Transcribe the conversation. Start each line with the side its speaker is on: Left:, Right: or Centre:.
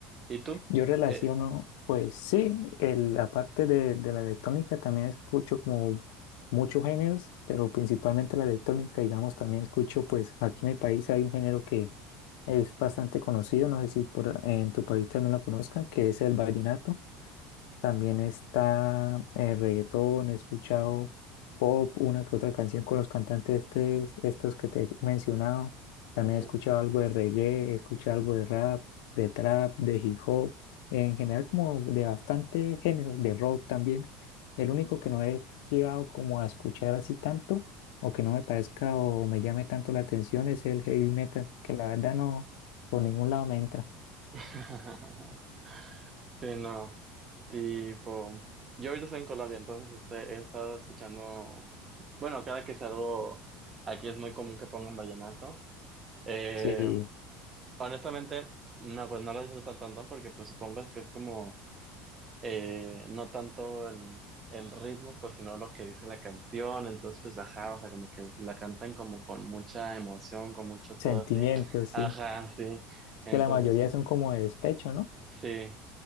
Right: ¿Y tú?
Left: Yo relaciono,
Right: Eh,
Left: pues sí, el, la parte de, de la electrónica también escucho como muchos géneros, pero principalmente la electrónica, digamos, también escucho, pues aquí en mi país hay un género que es bastante conocido, no sé si por, en tu país también lo conozcan, que es el vallenato. También está eh, reggaetón, he escuchado pop, una que otra canción con los cantantes estes- estos que te he mencionado.
Right: ujú.
Left: También he escuchado algo de reggae, he escuchado algo de rap, de trap, de hip hop, en general como de bastante géneros, de rock también. El único que no he llegado como a escuchar así tanto o que no me parezca o me llame tanto la atención es el heavy metal, que la verdad no, por ningún lado me entra.
Right: <laughs> Sí, no. Tipo, yo ahorita estoy en Colombia, entonces este, he estado escuchando, bueno, cada que salgo, aquí es muy común que pongan vallenato. Eh,
Left: Sí,
Right: honestamente, no, pues no lo disfruto tanto porque pues supongo es que es como eh, no tanto el, el ritmo, pues sino lo que dice la canción, entonces pues ajá, o sea, como que la cantan como con mucha emoción, con mucho
Left: sentimientos,
Right: todo así,
Left: sí.
Right: ajá, sí,
Left: Es
Right: entonces
Left: que la mayoría
Right: pues
Left: son como de despecho, ¿no?
Right: sí,